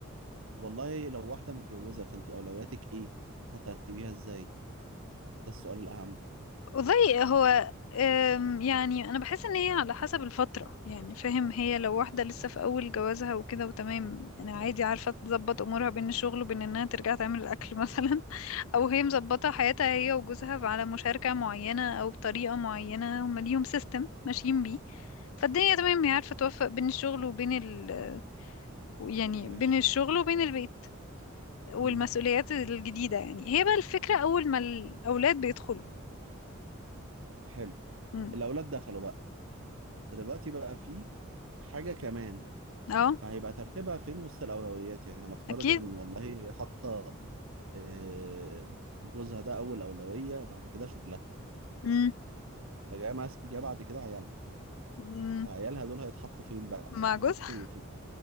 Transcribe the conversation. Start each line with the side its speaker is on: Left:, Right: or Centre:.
Right: والله لو واحدة متجوزة فأنت أولوياتك إيه؟ هترتبيها إزاي؟ ده السؤال الأهم
Left: والله هو أم، يعني انا بحس ان هي على حسب الفتره يعني فاهم هي لو واحده لسه في اول جوازها وكده وتمام يعني عادي عارفه تظبط امورها بين الشغل وبين انها ترجع تعمل الاكل <laughs> مثلا او هي مظبطه حياتها هي وجوزها على مشاركه معينه او بطريقه معينه هم ليهم سيستم ماشيين بيه فالدنيا تمام هي عارفه توفق بين الشغل وبين ال يعني
Right: ماشي
Left: بين الشغل وبين البيت والمسؤوليات
Right: مم.
Left: الجديده يعني هي بقى الفكره اول ما الاولاد بيدخلوا
Right: حلو
Left: مم.
Right: الأولاد دخلوا بقى فدلوقتي بقى في حاجة كمان
Left: اه
Right: فهيبقى ترتيبها فين وسط الأولويات يعني هنفترض
Left: اكيد
Right: إن والله حاطة آه، جوزها ده أول أولوية بعد كده شغلها
Left: مم.
Right: فجاء مس- جه بعد كده عيالها
Left: مم.
Right: فعيالها دول هيتحطوا فين بقى؟
Left: مع جوزها
Right: يتحطوا في